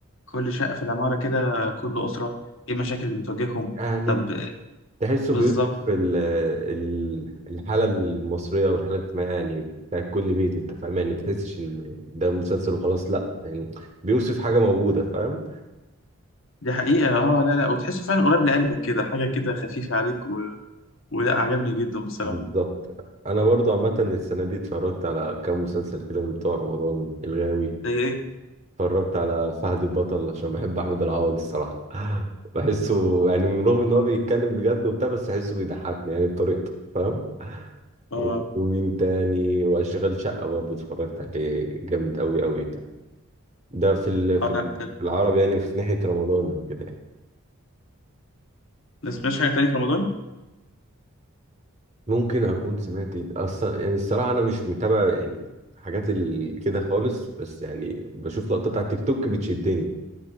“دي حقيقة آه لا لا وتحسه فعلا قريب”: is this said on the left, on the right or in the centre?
Left